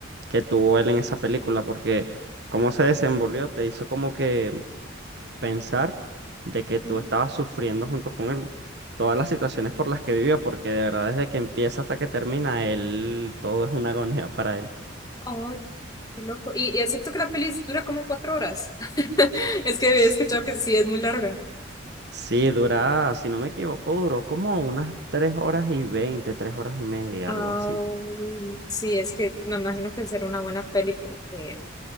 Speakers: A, on the right; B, on the left.
A: que tuvo él en esa película, porque cómo se desenvolvió, te hizo como que pensar de que tú
B: sí.
A: estabas sufriendo junto con él todas las situaciones por las que vivió, porque de verdad desde que empieza hasta que termina, él todo es una agonía para él.
B: Ay, qué loco. Y, y es cierto que la peli dura como cuatro horas. <laughs> Es que he
A: S-
B: escuchado que sí es muy larga.
A: Sí, dura, si no me equivoco, duró como unas tres horas y veinte, tres horas y media,
B: Ay,
A: algo así.
B: sí, es que me imagino que será una buena peli porque,